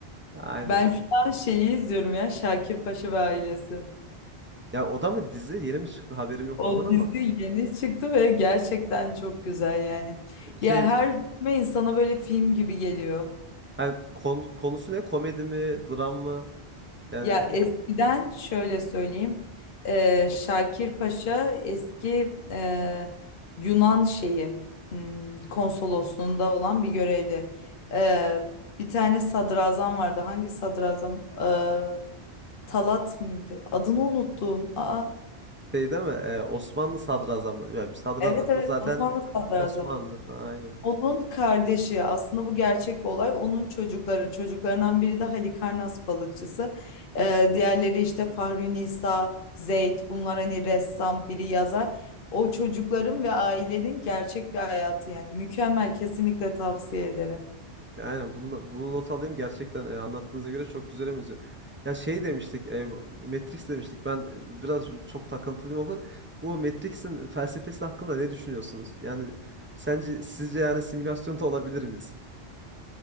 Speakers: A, on the right; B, on the left.
A: Aynen.
B: Ben şu an şeyi izliyorum ya Şakir Paşa ve ailesi.
A: Ya o da mı dizi? Yeni mi çıktı? Haberim yok
B: O
A: ondan ama
B: dizi yeni çıktı ve gerçekten çok güzel yani.
A: e, şey
B: Ya her bölüme insana böyle film gibi geliyor.
A: hani konu- konusu ne? Komedi mi? Dram mı? Yani
B: Ya
A: o-
B: eskiden şöyle söyleyeyim. eee, Şakir Paşa eski eee, Yunan şeyi hmm, konsolosluğunda olan bir görevli. Eee, bir tane sadrazam vardı. Hangi sadrazam? Eee, Talat mıydı? Adını unuttum. Aa.
A: şey değil mi? E, Osmanlı sadrazamları. Ya bir sadrazamsınız
B: Evet evet
A: zaten
B: Osmanlı sadrazamı.
A: Osmanlı. Aynen.
B: Onun kardeşi aslında bu gerçek bir olay. Onun çocukları çocuklarından biri de Halikarnas balıkçısı. Ee, diğerleri işte Fahri Nisa, Zeyd bunlar hani ressam biri yazar. O çocukların ve ailenin gerçek bir hayatı yani mükemmel kesinlikle tavsiye ederim.
A: Yani bunu, bunu not alayım gerçekten e, anlattığınıza göre çok güzel benziyor. Ya şey demiştik, e, Matrix demiştik. Ben e, biraz çok takıntılıyım o kadar. Bu Matrix'in felsefesi hakkında ne düşünüyorsunuz? Yani sence sizce yani simülasyonda olabilir miyiz?